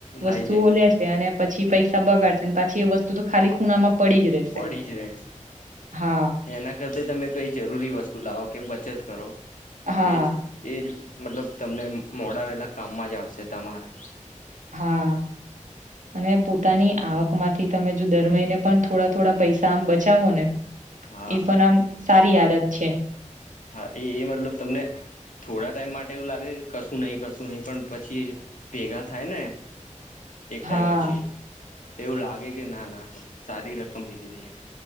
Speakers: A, on the right; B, on the left.
A: વસ્તુઓ
B: લાઈ દે
A: લેશે, અને પછી પૈસા પૈસા બગાડે છે, પાછી એ વસ્તુ તો ખાલી ખૂણામાં પડી જ રહેશે.
B: પડી જે રહે.
A: હા,
B: એના કરતા, તમે કંઈ જરૂરી વસ્તુ લાવો કે બચત કરો.
A: હા,
B: એજ એજ મતલબ તમને મોળા વેલા કામમાં જ આવશે તમારા.
A: હા. અને પોતાની આવકમાંથી તમે જો દર મહિને પણ થોડા થોડા પૈસા આમ બચાવો ને
B: હા
A: એ પણ આમ સારી આદત છે.
B: હા, એ એ મતલબ તમને થોડા ટાઈમ માટે એવું લાગે કે કશું નહી કશું નહી પણ પછી ભેગા થાય ને એક ટાઈમ
A: હા,
B: પછી તેવું લાગે કે ના ના સારી રકમ ભેગી થઈ એમ.